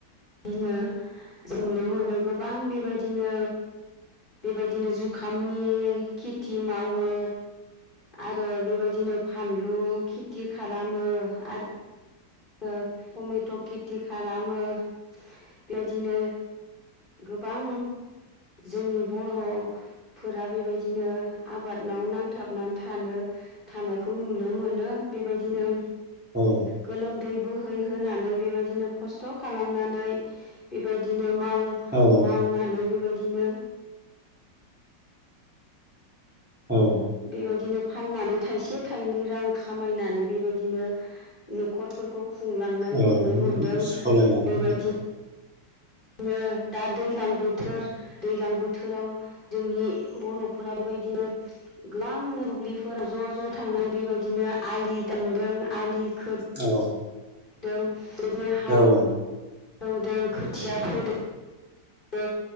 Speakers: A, on the left; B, in the centre.
A: बिदिनो नुनो मोनो गोबां बेबायदिनो बेबायदिनो जुखामनि खेथि मावो आरो बेबायदिनो फानलु खेथि खालामो आरो ओ टमेट' खेथि खालामो बेबायदिनो गोबां जोंनि बर'फोरा बेबायदिनो आबादाव नांथाबनानै थानो थानायखौ नुनो मोनो बेबायदिनो
B: औ
A: गोलोमदै बोहैहोनानै बेबायदिनो खस्थ' खालामनानै बेबायदिनो माउन
B: औ
A: माउनानै बेबाय <unintelligible>
B: औ
A: बेबायदिनो फाननानै थाइसे थाइनै रां खामायनानै बेबायदिनो न'खरफोरखौ खुंलांनाय
B: औ
A: नुनो मोनदों
B: सालायलाङो
A: बेबायदि ओ दा दैज्लां बोथोर दैज्लां बोथोराव जोंनि बर'फोरा बेबायदिनो गोबां दुब्लिफोराव ज' ज' थांनाय बेबायदिनो आलि दामदों आलि खोदों
B: औ
A: <unintelligible> बिदिनो हाल
B: औ
A: एवदों खोथिया फोदों ओ